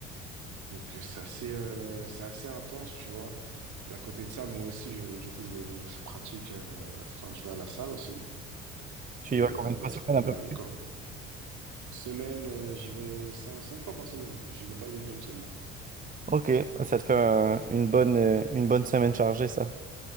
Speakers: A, on the right; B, on the right.
A: Donc, euh, c'est assez, euh, c'est assez intense, tu vois. Puis à côté de ça, moi aussi, je- du coup, je, je pratique, euh, enfin, je vais à la salle aussi.
B: Tu
A: Et
B: y vas
A: euh,
B: combien de
A: bah,
B: fois
A: du
B: sur
A: coup,
B: semaine
A: comme,
B: à peu
A: euh,
B: près?
A: comme- semaine, euh, j'y vais cinq, cinq fois par semaine. J'y vais pas le week-end seulement.
B: Ok, ça te fait un- une bonne, euh, une bonne semaine chargée, ça.